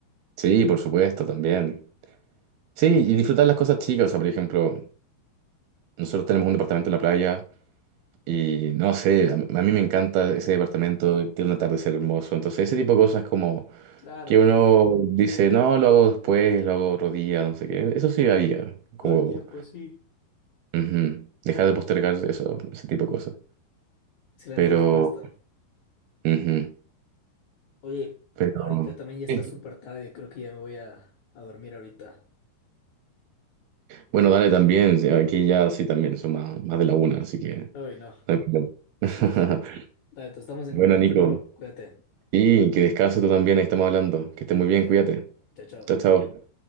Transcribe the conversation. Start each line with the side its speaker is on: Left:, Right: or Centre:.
Right: Sí, por supuesto, también. Sí, y disfrutar las cosas chicas, o sea, por ejemplo, nosotros tenemos un departamento en la playa Y no sé, a, a mí me encanta ese departamento, eh, tiene un atardecer hermoso. Entonces, ese tipo de cosas como
Left: Claro,
Right: que uno dice, no, lo hago después, lo hago otro día, no sé qué. Eso sí había, como
Left: todo el tiempo, sí.
Right: ujú, dejar de postergar eso, ese tipo de cosas.
Left: Excelente
Right: Pero,
Left: respuesta.
Right: ujú,
Left: Oye,
Right: pero
Left: ahorita también ya está
Right: sí.
Left: súper tarde, yo creo que ya me voy a, a dormir ahorita.
Right: Bueno, dale también, sí, aquí ya sí también son más, más de la una, así que no
Left: Ay, no.
Right: hay problema. <laughs>
Left: Sí. Dale, te estamos en
Right: Bueno,
Left: contacto,
Right: Nico,
Left: Pablo. Cuídate.
Right: y que descanse tú también, ahí estamos hablando. Que estés muy
Left: Dale.
Right: bien, cuídate.
Left: Chao, chao.
Right: Chao, chao.